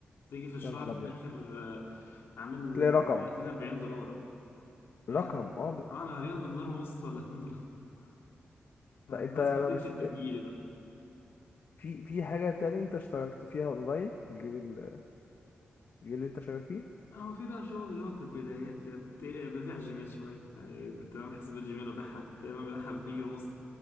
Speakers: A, on the left; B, on the left.
A: تيجي في الشهر
B: يا نهار
A: في
B: ابيض
A: الاخر آه، عامل
B: تلاقي رقم
A: 30 40 دولار اه ايام
B: رقم اه ب-
A: اه انا ببيعه بدولار ونص ولا 2 دولار <laughs> كان
B: طب انت
A: ناس
B: طب
A: كتير
B: اش-
A: كانت بتجيلي بقى
B: في في حاجة تاني انت اشتغلت فيها اونلاين الجيل ال- الجيل اللي انت شغال فيه
A: آه، هو في بقى شغل اللي هو في البدايات كده كنت إيه، ببيع جيميل شوية يعني كنت بعمل حسابات جيميل وببيعها كنت دايما ببيعها باتنين جنيه ونص